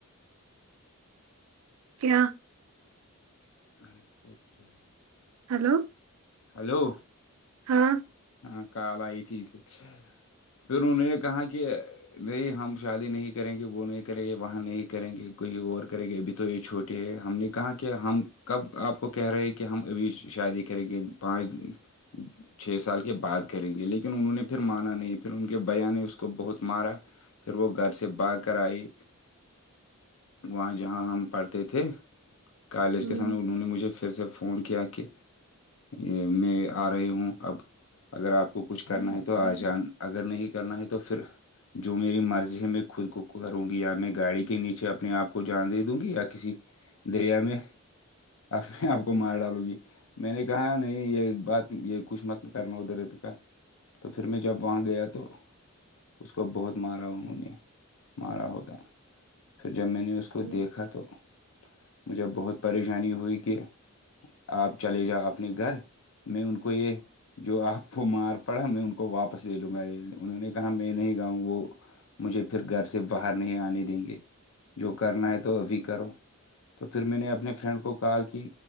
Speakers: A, on the right (about 80°); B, on the left (about 70°).
A: کیا
B: اچ سا اچھا
A: ہیلو
B: ہلو
A: ہاں
B: ہاں کال آئی تھی اسے پھر انہوں نے کہا کہ نہیں ہم شادی نہیں کریں گے وہ نہیں کریں گے وہاں نہیں کریں گے کوئی اور کریں گے ابھی تو یہ چھوٹی ہم نے کہا کہ ہم کب آپ کو کہہ رہے ہیں کہ ہم ابھی شادی کریں گے پانچ چھ سال کہ بات کریں گے لیکن انہوں نے پھر مانا نہیں پھر ان کے بیا نے اس کو بہت مارا پھر وہ گھر سے با کر آئی وہاں جہاں ہم پڑھتے تھے کالج
A: ہوں
B: کے سمے انہوں نے مجھے پھر سے فون کیا کہ یہ میں آ رہی ہوں اب اگر آپ کو کچھ کرنا ہے تو آ جان اگر نہیں کرنا ہے تو پھر جو میری مرضی ہے میں خود کو کروں گی یا میں گاڑی کے نیچے اپنے آپ کو جان دے دوں گی یا کسی دریا میں آ آپ کو مار ڈالوں گی میں نے کہا نہیں یہ بات یہ کچھ مطل کرنا ادھر اد کا تو پھر میں جب وہاں گیا تو اس کو بہت مارا انہوں نے مارا ہوتا پھر جب میں نے اس کو
A: ہوں
B: دیکھا تو مجھے بہت پریشانی ہوئی کہ آپ چلے جاؤ اپنے گھر میں ان کو یہ جو آپ کو مار پڑا میں ان کو واپس لے لوں گا انہوں نے کہا میں نہیں گاؤں وہ مجھے پھر گھر سے باہر نہیں آنے دیں گے جو کرنا ہے تو ابھی کرو تو پھر میں نے اپنے فرینڈ کو کال کی